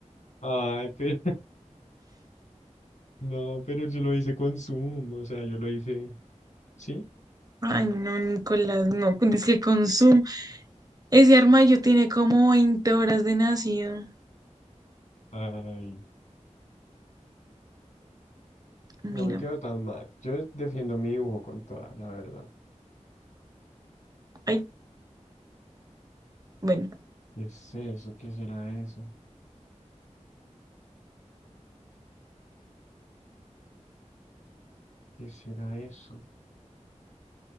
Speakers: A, on the left (about 80°); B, on the right (about 30°).
A: Ay, pero no, pero yo lo hice con Zoom, o sea, yo lo hice, ¿sí?
B: Ay, no, Nicolás, no. Dice que con Zoom. Ese armadillo tiene como 20 horas de nacido.
A: Ay,
B: Mira.
A: no me quedo tan mal. Yo defiendo mi dibujo con toda, la verdad.
B: Ay, bueno.
A: ¿Qué es eso? ¿Qué será eso? ¿Qué será eso?